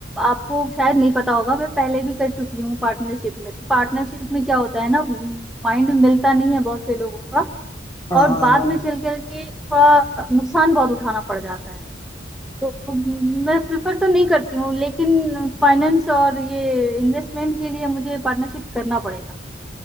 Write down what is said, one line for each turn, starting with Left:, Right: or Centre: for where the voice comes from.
Centre: आपको शायद नहीं पता होगा मैं पहले भी कर चुकी हूँ पार्टनरशिप में तो पार्टनरशिप में क्या होता है ना माइंड मिलता नहीं है बहुत से लोगों का
Left: हाँ हाँ
Centre: और बाद
Left: हाँ
Centre: में चल कर के थोड़ा नुकसान बहुत उठाना पड़ जाता है तो मैं प्रिफर तो नहीं करती हूँ लेकिन फाइनेंस और ये इन्वेस्टमेंट के लिए मुझे पार्टनरशिप करना पड़ेगा